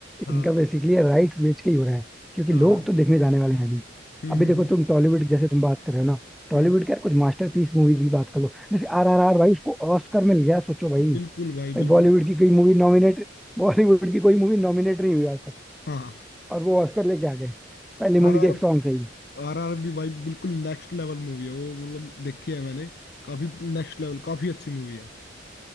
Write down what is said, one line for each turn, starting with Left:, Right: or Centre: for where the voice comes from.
Left: हाँ
Centre: इनका बेसिकली राइट्स बेच के ही हो रहा है क्योंकि
Left: हाँ
Centre: लोग
Left: हाँ
Centre: तो देखने जाने वाले हैं नहीं
Left: हम्म
Centre: अभी
Left: हम्म
Centre: देखो
Left: हम्म
Centre: तुम टॉलीवुड जैसे तुम बात कर रहे हो ना टॉलीवुड
Left: हम्म,
Centre: के यार कुछ मास्टरपीस मूवीज की बात कर लो जैसे आर आर आर भाई उसको ऑस्कर मिल गया सोचो भाई
Left: बिल्कुल भाई
Centre: भाई
Left: बिल्कुल
Centre: बॉलीवुड की कोई मूवी नॉमिनेट बॉलीवुड की कोई मूवी नॉमिनेट नहीं हुई आज तक
Left: हाँ
Centre: और वो ऑस्कर लेके आ गए पहली
Left: आर
Centre: मूवी
Left: आर
Centre: के एक सॉन्ग से ही
Left: आर आर बी भाई बिल्कुल नेक्स्ट लेवल मूवी है वो मतलब देखी है मैंने काफी नेक्स्ट लेवल काफी अच्छी मूवी है